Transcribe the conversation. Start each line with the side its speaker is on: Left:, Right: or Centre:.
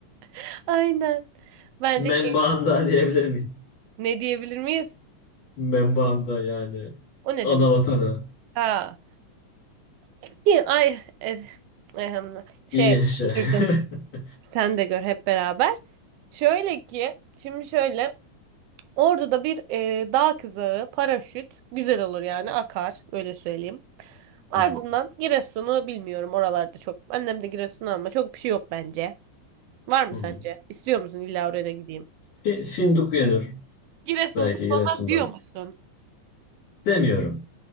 Right: <laughs> Aynen. Bence
Left: Membanda
Right: keyif.
Left: <laughs> diyebilir miyiz?
Right: Ne diyebilir miyiz?
Left: Membanda yani.
Right: O ne
Left: Ana
Right: demek?
Left: vatanı.
Right: Ha. Ki- Ay. e- ehem, şey.
Left: İyi yaşa.
Right: Gördüm.
Left: <laughs>
Right: Sen de gör hep beraber. Şöyle ki. Şimdi şöyle. Ordu'da bir e, dağ kızağı, paraşüt. Güzel olur yani. Akar. Öyle söyleyeyim. Ardından
Left: Hı
Right: Giresun'u bilmiyorum. Oralarda çok. Annem de Giresun'u ama çok bir şey yok bence. Var mı
Left: hı. hı.
Right: sence? İstiyor musun illa oraya da gideyim?
Left: Fi- Fındık Uyanır
Right: Giresunsuz
Left: belki Giresun'dan.
Right: olmaz diyor musun?
Left: Demiyorum.